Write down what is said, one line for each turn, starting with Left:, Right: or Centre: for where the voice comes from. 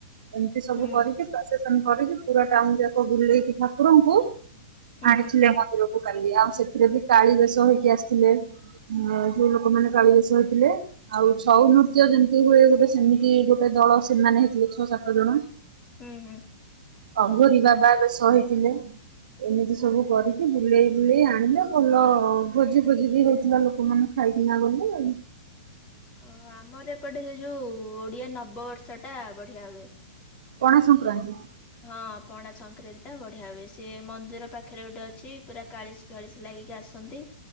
Right: ଏମିତି ସବୁ
Left: ହୁଁ
Right: କରିକି ପ୍ରଶେସନ୍ କରିକି ପୁରା ଟାଉନ ଯାକ ବୁଲେଇକି ଠାକୁରଙ୍କୁ
Left: ହୁଁ
Right: ଆଣିଥିଲେ ମନ୍ଦିରକୁ କାଲି ଆଉ ସେଥିରେ ବି କାଳି ବେଶ ହେଇକି ଆସିଥିଲେ। ହଁ ଯୋଉ ଲୋକମାନେ କାଳିବେଶ ହେଇଥିଲେ ଆଉ ଛଉନୃତ୍ୟ ଯେମିତି ହୁଏ ଗୋଟେ ସେମିତି ଗୋଟେ ଦଳ ସେମାନେ ହେଇଥିଲେ ଛଅ ସାତ ଜଣ।
Left: ହୁଁ ହୁଁ।
Right: ଅଙ୍ଗୁରୀ ବାବା ଆମେ ସହିଥିଲେ। ଏମିତି ସବୁ କରିକି ବୁଲେଇ ବୁଲେଇ ଆଣିଲେ ଭଲ। ଭୋଜି ଭୋଜି ବି ହେଇଥିଲା ଲୋକମାନେ ଖାଇକିନା ଗଲେ।
Left: ଓହୋ ଆମର ଏପଟେ ସେ ଯୋଉ ଓଡିଆ ନବ ବର୍ଷଟା ବଢିଆ ହୁଏ।
Right: ପଣା ସଂକ୍ରାନ୍ତି।
Left: ହଁ ପଣା ସଂକ୍ରାନ୍ତିଟା ବଢିଆ ହୁଏ। ସେ ମନ୍ଦିର ପାଖରେ ଗୋଟେ ଅଛି ପୁରା କାଳିଶ ଫାଳିଶ ଲାଗ କି ଆସନ୍ତି